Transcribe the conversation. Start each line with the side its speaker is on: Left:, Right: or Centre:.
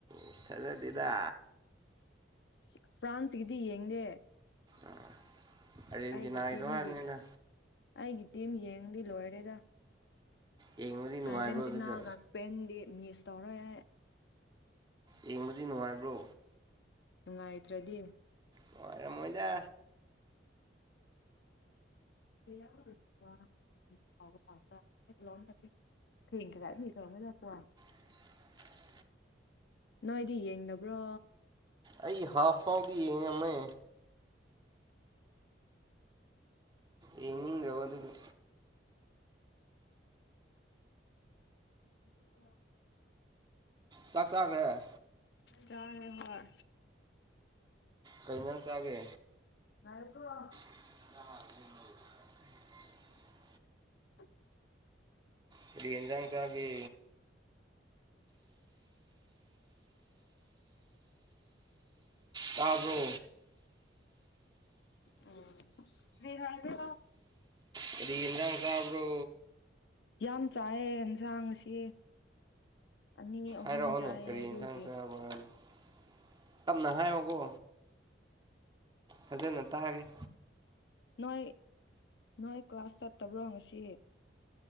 Right: ꯏꯁ ꯊꯖꯗꯦꯗ
Left: ꯁꯤ ꯐ꯭ꯔꯥꯟꯁꯒꯤꯗꯤ ꯌꯦꯡꯗꯦ
Right: ꯑꯥ ꯑꯥꯔꯖꯦꯟꯇꯤꯅꯥꯒꯤꯗꯣ
Left: ꯑꯩꯒꯤ ꯇꯤꯝꯒꯤ
Right: ꯍꯥꯏꯕꯅꯤꯗ
Left: ꯑꯩꯒꯤ ꯇꯤꯝ ꯌꯦꯡꯗꯤ ꯂꯣꯏꯔꯦꯗ
Right: ꯌꯦꯡꯕꯗꯤ ꯅꯨꯡꯉꯥꯏꯕ꯭ꯔꯣ
Left: ꯑꯔꯖꯦꯟꯇꯤꯅꯥꯒ
Right: ꯑꯗꯨꯗꯣ
Left: ꯁꯄꯦꯟꯗꯤ ꯃꯤꯁ ꯇꯧꯔꯣꯏ ꯍꯦ꯫
Right: ꯌꯦꯡꯕꯗꯤ ꯅꯨꯡꯉꯥꯏꯕ꯭ꯔꯣ꯫
Left: ꯅꯨꯡꯉꯥꯏꯇ꯭ꯔꯗꯤ
Right: ꯅꯨꯉꯥꯏꯔꯝꯃꯣꯏꯗ
Left: <unintelligible> <unintelligible>
Right: <inaudible>
Left: ꯅꯣꯏꯗꯤ ꯌꯦꯡꯗꯕ꯭ꯔꯣ
Right: ꯑꯩ ꯍꯥꯞꯐꯥꯎꯗꯤ ꯌꯦꯡꯉꯝꯃꯦ ꯌꯦꯡꯅꯤꯡꯗꯔꯕ ꯑꯗꯨꯒꯤ
Left: <inaudible>
Right: ꯆꯥꯛ ꯆꯥꯒ꯭ꯔꯦ
Left: ꯆꯔꯦ ꯍꯣꯏ
Right: ꯀꯩ ꯍꯤꯟꯖꯥꯡ ꯆꯥꯒꯦ
Left: ꯌꯥꯔꯦ ꯇꯣꯛꯑꯣ
Right: <inaudible>
Left: <inaudible>
Right: ꯀꯔꯤ ꯍꯦꯟꯖꯥꯡ ꯆꯥꯒꯦ꯫ ꯇꯥꯕ꯭ꯔꯣ
Left: ꯑꯣ ꯀꯔꯤ ꯍꯥꯏꯕꯔ
Right: ꯀꯔꯤ ꯏꯟꯖꯥꯥꯡ ꯆꯥꯕ꯭ꯔꯣ
Left: ꯌꯥꯝ ꯆꯥꯏꯌꯦ ꯍꯦꯟꯖꯥꯡ ꯉꯁꯤ ꯑꯅꯤ ꯑꯍꯨꯝ
Right: ꯍꯥꯏꯔꯛꯑꯣꯅꯦ
Left: ꯆꯥꯏꯌꯦ
Right: ꯀꯔꯤ
Left: ꯑꯗꯨꯒꯤ
Right: <unintelligible> ꯇꯞꯅ ꯍꯥꯏꯌꯣꯀꯣ ꯐꯖꯅ ꯇꯥꯒꯦ
Left: ꯅꯣꯏ ꯅꯣꯏ ꯀ꯭ꯂꯥꯁ ꯆꯠꯇꯕ꯭ꯔꯥ ꯉꯁꯤ